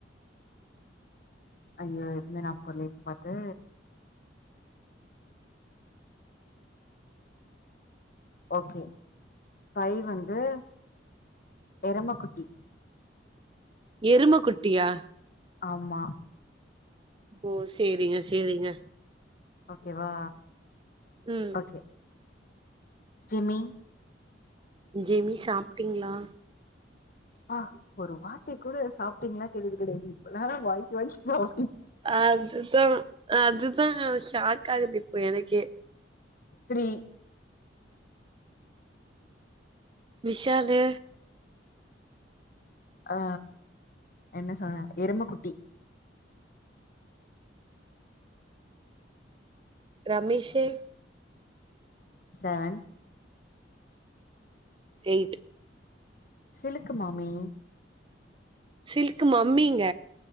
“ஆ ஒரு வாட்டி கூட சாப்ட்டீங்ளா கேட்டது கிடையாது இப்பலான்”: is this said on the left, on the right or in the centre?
Left